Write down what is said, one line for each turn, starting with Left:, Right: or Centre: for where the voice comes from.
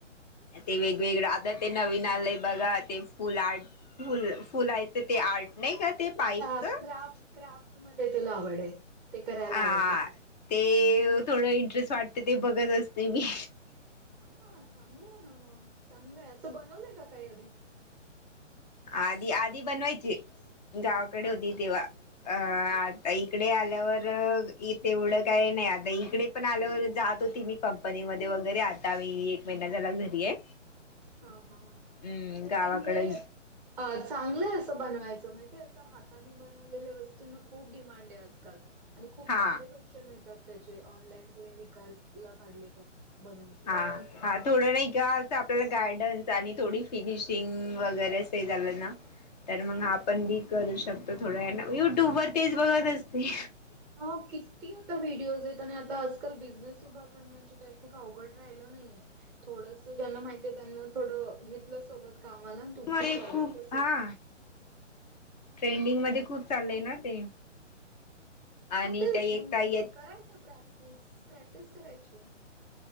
Left: ते वेगवेगळं, आता ते नवीन आलंय बघा ते फुल आर्ट. फुल, फुलायचं ते आर्ट नाही का ते
Centre: अच्छा,
Left: पाईपच
Centre: क्राफ्ट क्राफ्ट मध्ये तुला आवडय, ते करायला
Left: आ
Centre: आवडत तूला.
Left: ते थोडं इंटरेस्ट वाटतं, ते थोडं बघत असते मी.
Centre: हा हा चांगलं आहे ना, मग चांगलंय असं, बनवलंय का काही तु आधी?
Left: आधी आधी बनवायचे, गावाकडे
Centre: हां.
Left: होती तेव्हा, अ आता
Centre: हां,
Left: ई इकडे आल्यावर ईथे एवढं काय नाही, आता इकडे पण आल्यावर जात होती मी कंपनीमध्ये वगैरे, आता मी एक महिना झाला घरी आहे.
Centre: हा हा,
Left: हम्म
Centre: नाही
Left: गावाकडे
Centre: पण हे अ चांगलय असं बनवायचं, माहितय असं हातात हातांनी बनवलेल्या वस्तूंना खूप डिमांड आहे आजकाल. आणि खूप
Left: हा
Centre: चांगले पैसे मिळतात त्याचे, ऑनलाईन तुम्ही विकायला काडले तर, बनवून.
Left: हा हा थोडं नाही का आपल्याला गाईड्नस, आणि थोडी फिनिशिंग वगैरे. ते झालं ना तर मग
Centre: हां.
Left: आपण बी करू शकतो थोडं ना, युट्यूब वर तेच बघत असते.
Centre: हा किती आता व्हिडिओज आहेत, आणि आता आजकाल बिझनेस उभा करण्याची काही खूप अवघड राहिलं नाहीये. थोड ज्यांना माहितय त्यांना थोडं घेतलं सोबत कामाला, तुमचे
Left: मध्ये
Centre: प्रॉडक्ट
Left: खूप
Centre: असेल
Left: हा ट्रेंडिंग
Centre: हं.
Left: मध्ये खूप चाललय ना ते. आणि
Centre: हा तेच,
Left: त्या एक
Centre: मग
Left: ताई
Centre: करायचं प्रॅक्टिस, प्रॅक्टिस करायची.